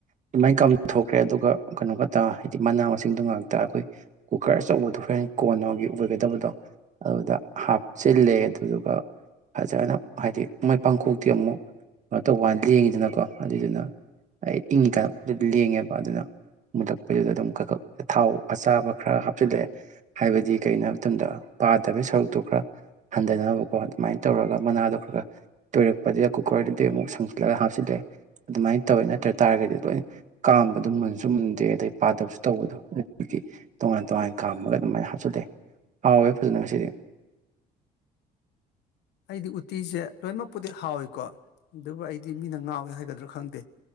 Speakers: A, on the right; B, on the left.
A: ꯑꯗꯨꯃꯥꯏ ꯀꯥꯝꯊꯣꯛꯈ꯭ꯔꯦ ꯑꯗꯨꯒ ꯀꯩꯅꯣ ꯈꯛꯇ ꯍꯥꯏꯗꯤ ꯃꯅꯥ ꯃꯁꯤꯡꯗꯨ ꯉꯥꯛꯇ ꯑꯥꯈꯣꯏ ꯀꯨꯀꯔ ꯑꯆꯧꯕꯗꯣ ꯍꯣꯔꯦꯟ ꯀꯣꯟꯅꯒꯤ ꯑꯣꯏꯒꯗꯕꯗꯣ ꯑꯗꯨꯗ ꯍꯥꯞꯆꯤꯜꯂꯦ ꯑꯗꯨꯗꯨꯒ ꯐꯖꯅ ꯍꯥꯏꯗꯤ ꯃꯣꯏ ꯄꯥꯡꯀꯣꯛꯇꯤ ꯑꯃꯨꯛ <unintelligible> ꯂꯦꯡꯉꯤꯗꯅꯀꯣ ꯑꯗꯨꯏꯗꯨꯅ ꯑꯩ ꯏꯪꯉꯤꯀꯥꯟꯗ ꯂꯦꯡꯉꯦꯕ ꯑꯗꯨꯅ ꯃꯨꯜꯂꯛꯄꯩꯗꯨꯗ ꯑꯗꯨꯝ ꯈꯛ ꯈꯛꯓ ꯊꯥꯎ ꯑꯁꯥꯕ ꯈꯔ ꯍꯥꯞꯆꯤꯜꯂꯦ ꯍꯥꯏꯕꯗꯤ ꯀꯩꯒꯤꯅꯣ ꯍꯥꯏꯕ ꯃꯇꯝꯗ ꯄꯥꯗꯕꯒꯤ ꯁꯔꯨꯛꯇꯨ ꯈꯔ ꯍꯟꯗꯅꯕꯀꯣ ꯑꯗꯨꯃꯥꯏ ꯇꯧꯔꯒ ꯃꯅꯥꯗꯣ ꯈꯔ ꯈꯔ ꯇꯣꯏꯔꯛꯄꯗꯒꯤ ꯑꯀꯨꯞ ꯈꯣꯏ ꯑꯗꯨꯗꯤ ꯑꯃꯨꯛ ꯁꯪꯖꯤꯜꯂꯒ ꯍꯥꯞꯆꯤꯜꯂꯦ ꯑꯗꯨꯃꯥꯏ ꯇꯧꯋꯦ ꯅꯠꯇ꯭ꯔ ꯇꯥꯔꯒꯗꯤ ꯂꯣꯏꯅ ꯀꯥꯝꯕꯗꯣ ꯃꯨꯟꯁꯨ ꯃꯨꯟꯗꯦ ꯑꯗꯩ ꯄꯥꯗꯕꯁꯨ ꯇꯧꯕꯗꯣ ꯇꯣꯉꯥꯟ ꯇꯣꯉꯥꯟ ꯀꯥꯝꯃꯒ ꯑꯗꯨꯃꯥꯏꯅ ꯍꯥꯞꯆꯤꯜꯂꯦ ꯍꯥꯎꯋꯦ ꯐꯖꯅ ꯉꯁꯤꯗꯤ
B: ꯑꯩꯗꯤ ꯎꯇꯤꯖꯦ ꯂꯣꯏꯅꯃꯛꯄꯨꯗꯤ ꯍꯥꯎꯋꯤꯀꯣ ꯑꯗꯨꯕꯨ ꯑꯩꯗꯤ ꯃꯤꯅ ꯉꯥꯎꯋꯦ ꯍꯥꯏꯒꯗ꯭ꯔꯥ ꯈꯪꯗꯦ